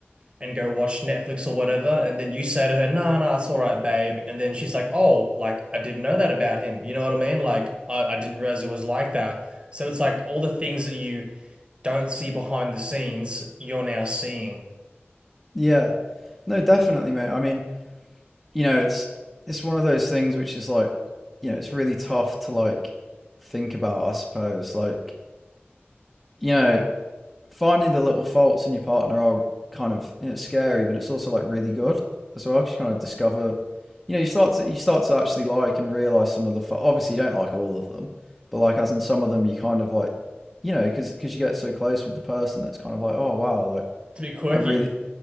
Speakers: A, on the right; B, in the centre.
A: and go watch Netflix or whatever? And then you say to her, nah, nah, it's all right, babe. And then she's like, oh, like, I didn't know that about him. You know what I mean? Like, I, I didn't realize it was like that. So it's like all the things that you don't see behind the scenes, you're now seeing.
B: yeah, no, definitely, mate. I mean, you know, it's it's one of those things which is like, you know, it's really tough to like think about. I suppose, like, you know, finding the little faults in your partner are kind of you know, scary, but it's also like really good as well. 'cause you kind of discover, you know, you start to you start to actually like and realize some of the. Obviously, you don't like all of them, but like as in some of them, you kind of like, you know, because because you get so close with the person that's kind of like, oh wow, like
A: It's a bit quirky.
B: I really,